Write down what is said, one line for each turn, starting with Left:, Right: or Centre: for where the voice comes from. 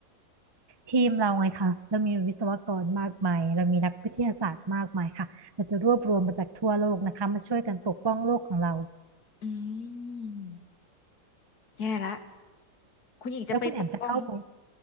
Right: ทีมเราไงคะเรามีวิศวกรมากมายเรามีนักวิทยาศาสตร์มากมายค่ะเราจะรวบรวมมาจากทั่วโลกนะคะมาช่วยกันปกป้องโลกของเรา
Left: อืม แย่ละ คุณหญิงจะไปปกป้อง
Right: แล้วคุณแอมจะเข้าไป